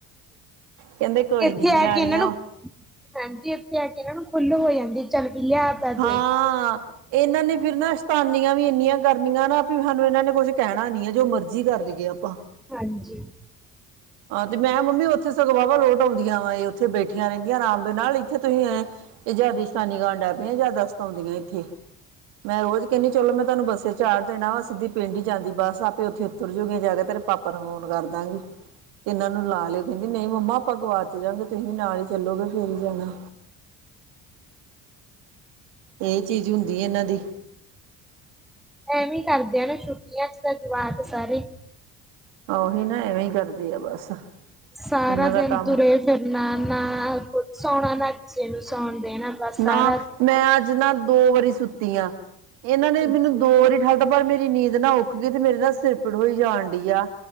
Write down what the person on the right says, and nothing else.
ਕਹਿੰਦੇ ਕੋਈ
ਨੀ ਨਿਆਣੀਆ
ਹਾਂ
ਇਹਨਾਂ ਨੇ ਫਿਰ ਨਾ ਸ਼ਤਾਨੀਆਂ ਵੀ ਇੰਨੀਆਂ ਕਰਨੀਆਂ ਨਾ ਹਾਨੂੰ ਇਹਨਾਂ ਨੇ ਕੁੱਛ ਕਹਿਣਾ ਨੀ ਹੈ ਜੋ ਮਰਜ਼ੀ ਕਰ ਲਈਏ ਆਪਾ।
ਆ ਤੇ ਮੈਂ ਮੰਮੀ ਉੱਥੇ ਸਗੋਂ ਵਾਵਾ ਲੋਟ ਆਉਂਦੀਆ ਵਾ ਇਹ ਉੱਥੇ ਬੈਠੀਆ ਰਹਿੰਦੀਆ ਆਰਾਮ ਦੇ ਨਾਲ ਇੱਥੇ ਤੁਸੀਂਂ ਇਹ ਇਹ ਜਾਦਾ ਹੀ ਸਤਾਨੀ ਕਨ ਲੱਗ ਪਈਆ ਜਾਦਾ ਸਤੋਂਦੀਆ ਇੱਥੇ ਮੈਂ ਰੋਜ਼ ਕਹਿੰਦੀ ਚਲੋ ਮੈਂ ਤੁਹਾਨੂੰ ਬੱਸੇ ਚਾਰ ਦਿਨ ਆ ਵਾ ਸਿੱਧੀ ਪਿੰਡ ਹੀ ਜਾਂਦੀ ਬਸ ਆਪੇ ਉੱਥੇ ਉਤਰ ਜੂਗੀਆਂ ਜਾ ਕੇ ਤੇਰੇ ਪਾਪਾ ਨੂੰ ਫੋਨ ਕਰ ਦਾਂਗੀ। ਇਹਨਾਂ ਨੂੰ ਲਾ ਲਿਓ ਕਹਿੰਦੀ ਨਹੀਂ ਮੰਮਾ ਆਪਾਂ ਗਵਾਚ ਜਾਗੇ ਤੁਸੀਂ ਵੀ ਨਾਲ ਹੀ ਚੱਲੋਗੇ ਫੇਰ ਹੀ ਜਾਣਾ। ਇਹ ਚੀਜ਼ ਹੁੰਦੀ ਹੈ ਇਹਨਾਂ ਦੀ।
ਉਹੀ ਨਾ ਐਵੇਂ ਕਰਦੀ ਆ ਬਸ।
ਇਹਨਾਂ ਦਾ
ਕੰਮ
ਨਾ
ਮੈਂ ਅੱਜ ਨਾ ਦੋ ਵਾਰੀ ਸੁੱਤੀ ਆ ਇਹਨਾਂ ਨੇ
ਮੈਨੂੰ ਦੋ ਵਾਰੀ ਠਾ ਵਾਰ ਮੇਰੀ ਨੀਂਦ ਨਾ ਉਖ ਗਈ ਤੇ ਮੇਰੇ ਨਾ ਸਿਰ ਪੜ ਹੋਈ ਜਾਣ ਡੀ ਆ